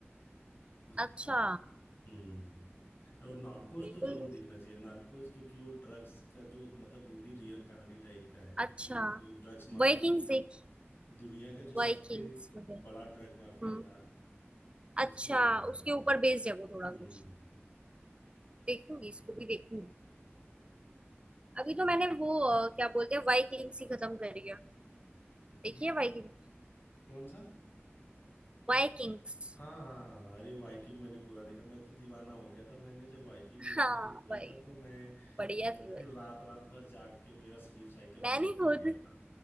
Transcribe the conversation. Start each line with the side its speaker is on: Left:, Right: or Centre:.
Left: है
Right: अच्छा
Left: हम्म और नार्कोज
Right: बिल्कुल
Left: तो जरूर देखना चाहिए नार्कोज क्योंकि वो ड्रग्स का जो मतलब वो भी रियल कहानी टाइप का है
Right: अच्छा
Left: कि वो जो ड्रग्स माफिया
Right: वाइकिंग्स
Left: दु,
Right: देखी
Left: दुनिया का जो
Right: वाइकिंग्स
Left: सबसे
Right: वगैरह
Left: बड़ा ड्रग माफिया
Right: हम्म
Left: था उसके
Right: अच्छा
Left: ऊपर है
Right: उसके
Left: वो
Right: ऊपर बेस्ड है वो थोड़ा
Left: हम्म
Right: कुछ देखूंगी इसको भी देखूंगी अभी तो मैंने वो अ, क्या बोलते हैं वाइकिंग्स ही खत्म करी है देखिए
Left: ये
Right: वाइकिंग
Left: कौन सा
Right: वाइकिंग्स
Left: हाँ हाँ हाँ, अरे वाइकिंग मैंने पूरा देखा मैं तो दीवाना हो गया था मैंने जब वाइकिंग देखना
Right: हाँ
Left: शुरू किया
Right: भाई
Left: था तो मैं अ,
Right: बढ़िया थी भाई
Left: फिर रात रात भर जाग के मेरा स्लीप साइकिल
Right: मैंने
Left: पूरा बिगड़
Right: खुद
Left: गया था